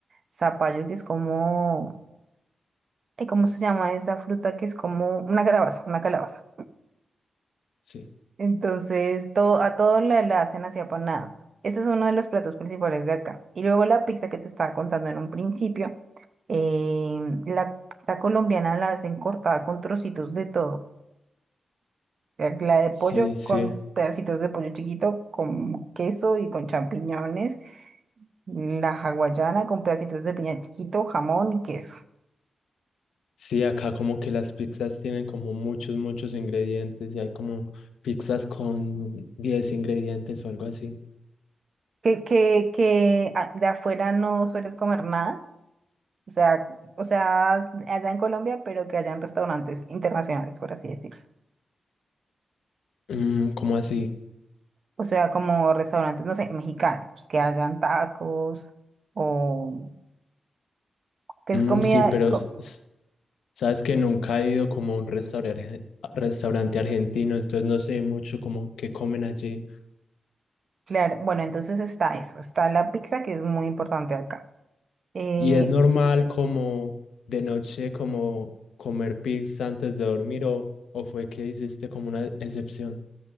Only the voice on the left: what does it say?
Sí.
Sí, sí.
Sí, acá como que las pizzas tienen como muchos, muchos ingredientes y hay como pizzas con 10 ingredientes o algo así.
Mm, como así?
Mm,
sí, pero
s- s- Sabes que nunca he ido como a un restaurante, arge- restaurante argentino, entonces no sé mucho como qué comen allí.
Y es normal como de noche como comer pizza antes de dormir o, o fue que hiciste como una excepción.